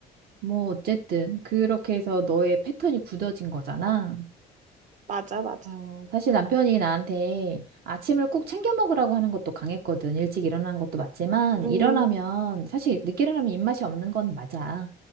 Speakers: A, on the right (about 65°); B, on the right (about 45°).
A: 뭐, 어쨌든, 그렇게 해서 너의 패턴이 굳어진 거잖아.
B: 맞아, 맞아.
A: 어, 사실 남편이 나한테 아침을 꼭 챙겨 먹으라고 하는 것도 강했거든. 일찍 일어나는 것도 맞지만,
B: 음,
A: 일어나면, 사실 늦게 일어나면 입맛이 없는 건 맞아.